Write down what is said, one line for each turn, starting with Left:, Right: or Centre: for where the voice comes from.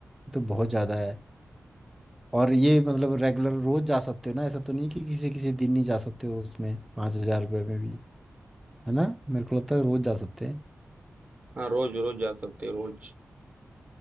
Centre: ये तो बहुत ज़्यादा है और ये मतलब रेगुलर रोज जा सकते हो ना ऐसा तो नहीं कि किसी किसी दिन नहीं जा सकते हो उसमें पाँच हजार रुपये में भी है ना मेरे को लगता है रोज जा सकते हैं
Right: हाँ रोज रोज जा सकते रोज